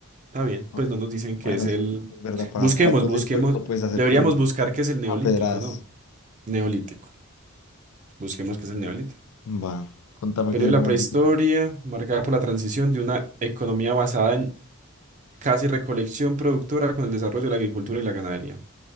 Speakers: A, on the right; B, on the left.
A: Está bien,
B: Ok.
A: pues no nos dicen que
B: Bueno,
A: es el...
B: sí, es verdad, para,
A: Busquemos,
B: para producir
A: busquemos.
B: fuego lo puedes hacer
A: Deberíamos
B: como
A: buscar qué es el neolítico,
B: a pedradas.
A: ¿no? Neolítico. Busquemos qué es el neolítico.
B: Va, contame
A: Periodo
B: qué es el
A: de la
B: neolítico.
A: prehistoria, marcada por la transición de una economía basada en casi recolección productora con el desarrollo de la agricultura y la ganadería.